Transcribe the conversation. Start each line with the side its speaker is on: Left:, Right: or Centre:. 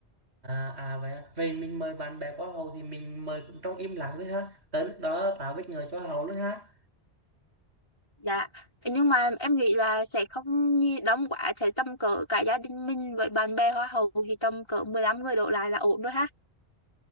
Right: à à vậy à. vậy mình mời bạn bè của Hậu thì mình mời cũng trong im lặng thôi ha tới lúc đó tạo bất ngờ cho Hậu luôn ha
Left: Dạ, nhưng mà em nghĩ là sẽ không nhi đông quá, sẽ tầm cỡ cả gia đình mình với bạn bè hoa hậu thì tầm cỡ 15 người đổ lại là ổn rồi ha.